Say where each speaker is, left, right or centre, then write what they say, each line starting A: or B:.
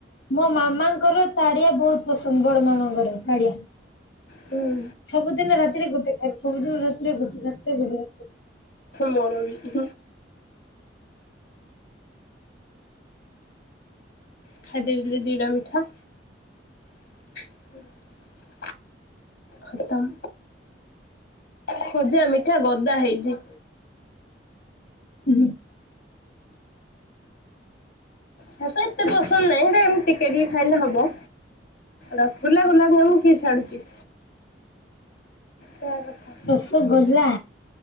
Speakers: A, on the left (about 75°); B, on the left (about 55°).
A: ମୋ ମାମାଙ୍କର ତାଡିଆ ବହୁତ୍ ପସନ୍ଦ, ବଡ ମାମାଙ୍କର ତାଡିଆ।
B: ହୁଁ
A: ସବୁଦିନ ରାତିରେ ଗୋଟେ ଖାଇବି। ସବୁଦିନ ରାତିରେ ଗୋଟେ- ରାତିରେ ଗୋଟେ।
B: ମୋର ବି ଖାଇଦେବି ହେଥିରୁ ଦି ଟା ମିଠା। ହୁଁ। ଖତମ୍ ଖଜା, ମିଠା ଗଦା ହେଇଚି।
A: ଉଁ- ହୁଁ।
B: ମତେ ଏତେ ପସନ୍ଦ୍ ନାଇ, ହେଲେ ଏବେ ଟିକେ ଟିକେ ଖାଇଲେ ହବ। ରସ୍ ଗୁଲା, ଗୋଲାବ୍ ଜାମୁନ୍ କିଏ ଛାଡୁଚି। ସେୟା କଥା।
A: ସେ ଗୋଲା